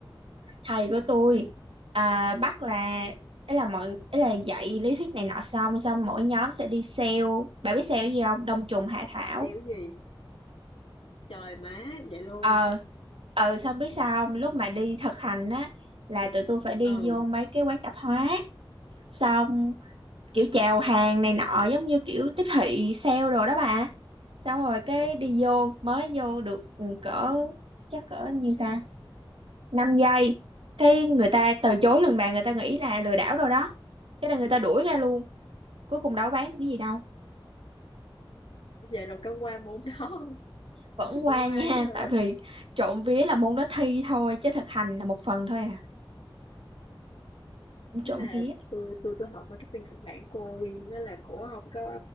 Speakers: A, on the right (about 85°); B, on the left (about 80°).
A: thầy của tôi ờ, bắt là ấy là mọi ấy là dạy lý thuyết này nọ xong xong mỗi nhóm sẽ đi sale bạn biết sale gì không đông trùng hạ thảo
B: xéo gì trời má vậy luôn
A: ờ ờ xong biết sao không? lúc mà đi thực hành á là tụi tôi phải đi
B: ừ
A: vô mấy cái quán tạp hóa xong kiểu chào hàng này nọ giống như kiểu tiếp thị sale đồ đó bà xong rồi cái
B: Ờ,
A: đi vô mới vô được ừ, cỡ chắc cỡ nhiêu ta 5 giây cái người ta từ chối lần bạn người ta nghĩ là lừa đảo rồi đó cái là người ta đuổi ra luôn cuối cùng đâu có bán được cái gì đâu
B: vậy rồi có qua môn đó không
A: vẫn
B: chắc cũng
A: qua
B: qua
A: nha <laughs>
B: chứ hả
A: tại vì trộm vía là môn đó thi thôi chứ thực hành là một phần thôi à trộm
B: thế là
A: vía
B: tôi tôi tôi học marketing căn bản cô Uyên đó là cổ không có